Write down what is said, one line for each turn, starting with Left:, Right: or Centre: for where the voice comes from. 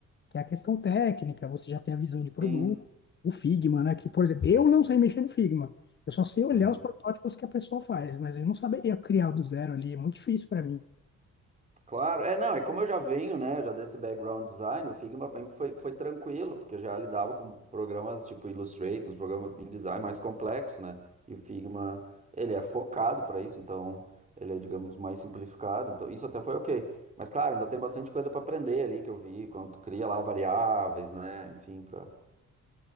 Left: que é a questão técnica, você já tem a visão de produto,
Right: Sim.
Left: o Figma, né? Que, por exemplo, eu não sei mexer no Figma. Eu só sei olhar
Right: Hum.
Left: os protótipos que a pessoa faz, mas eu não saberia criar do zero ali, é muito difícil para mim.
Right: Claro, é, não, é como eu já venho, né, já desse background design, o Figma para mim foi, foi tranquilo, porque eu já lidava com programas tipo Illustrator, uns programas em design mais complexo, né, e o Figma, ele é focado para isso, então ele é, digamos, mais simplificado, então isso até foi ok, mas claro, ainda tem bastante coisa para aprender ali que eu vi, quando tu cria lá variáveis, né, enfim, para